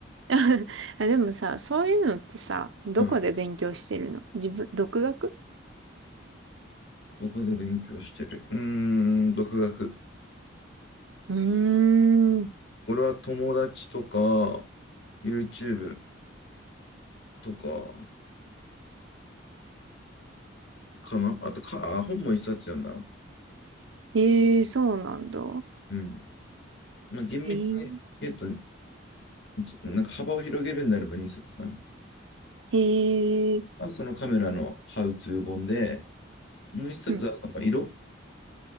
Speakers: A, on the right; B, on the left.
A: <laughs> あ、でもさ、そういうのってさ、どこで勉強してるの自分、
B: うん。
A: 独学
B: どこで勉強してるうーん、独学。
A: うーん。
B: 俺は友達とか、YouTube とか、かなあとか、あ本も一冊読んだな。
A: ええそうなんだ。
B: うん。まあ、厳密に言うと、
A: えー、
B: ちなんか幅を広げるんであれば二冊かな。
A: えー、
B: あ、そのカメラの How to 本で、もう一冊はその色
A: うん、